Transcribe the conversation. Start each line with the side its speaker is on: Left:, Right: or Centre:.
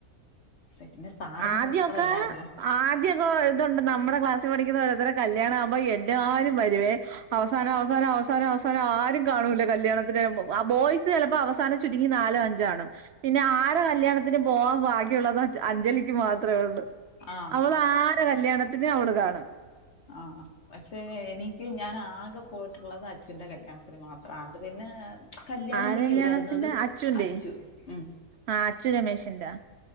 Left: പിന്നെ സാറും
Right: ആദ്യൊക്കെ
Left: സൂപ്പർ അല്ലായിരുന്നോ
Right: ആദ്യൊക്കെ ഇതുണ്ട് നമ്മുടെ ക്ലാസ്സിൽ പഠിക്കുന്ന ഒരോരുത്തരെ കല്യാണ ആവുമ്പോ എല്ലാരും വരുമേ അവസാനം അവസാന അവസാനം അവസാനം ആരും കാണില്ല കല്യാണത്തിന് ബോയ് സ് ചിലപ്പോ അവസാനം ചുരുങ്ങി നാലോ അഞ്ചാണും പിന്നെ ആരെ കല്യാണത്തിന് പോവാൻ ഭാഗ്യ ള്ളത് അഞ്ജലിക്ക് മാത്രമേ ഉള്ളൂ
Left: ആഹ്
Right: അവള് ആരു കല്യാണത്തിന് അവള് കാണും
Left: ആ പക്ഷെ എനിക്ക് ഞാൻ ആകെ പോയിട്ടുള്ളത് അ അച്ച്ന്റെ കല്യാണത്തിന് മാത്രം അത് പിന്നെ കല്യാണം
Right: ആരെ
Left: വിളിയല്ലായിരുന്നു
Right: കല്യാണത്തിന്റെ
Left: അത്
Right: അച്ചുന്റെ
Left: അച്ചു ഉം
Right: ആ അച്ചു രമേശിന്റെ